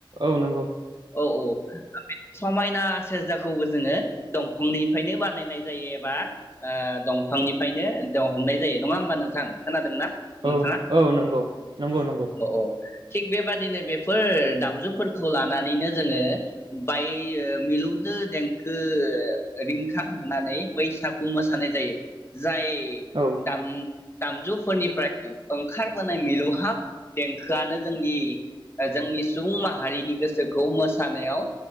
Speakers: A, on the right (about 60°); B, on the left (about 30°).
A: औ नंगौ।
B: औ औ समायना सेरजाखौबो जोङो दंफांनिफ्रायनो बानायनाय जायो एबा ओ दंफांनिफ्रायनो दहनाय जायो नङा होमबा नोंथां खोनादोंना? नोंथाङा
A: औ औ नंगौ नंगौ नंगौ।
B: औ थिग बेबादिनो बेफोर दामजुफोरखौ ला नानै जोङो बाय मिलौदो देंखो रिंखां होनानै बैसागु मोसानाय जायो जाय
A: औ
B: दाम दामजुफोरनिफ्राय ओंखार बोनाय मिलौहाब देंखोआनो जोंनि जोंनि सुबुं माहारिनि गोसो गोसोखौ मोसानायाव